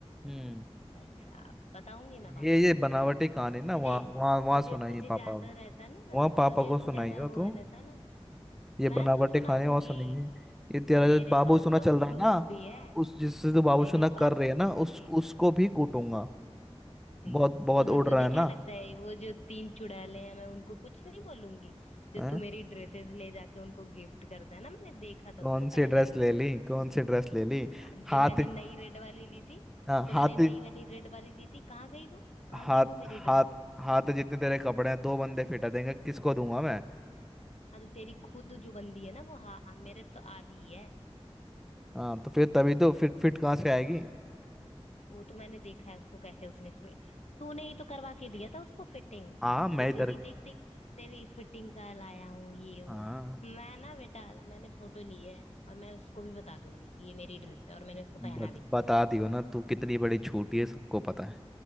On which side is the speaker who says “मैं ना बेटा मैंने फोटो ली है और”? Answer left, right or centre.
Left